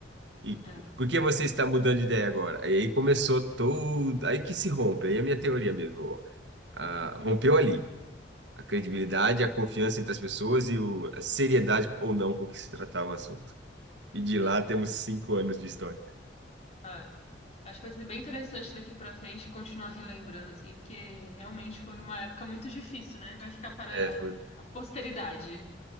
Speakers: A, on the right; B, on the left.
A: e
B: é,
A: por que você está mudando de ideia agora? Aí começou todo, aí que se rompe, aí a minha teoria mesmo, ah, rompeu ali. A credibilidade, a confiança entre as pessoas e o- a seriedade ou não com que se tratava o assunto. E de
B: sim,
A: lá temos cinco anos de história.
B: é. Acho que vai ser bem interessante daqui pra frente continuar relembrando, assim, porque realmente foi uma época muito difícil, né? Vai ficar para
A: É, foi,
B: a posteridade.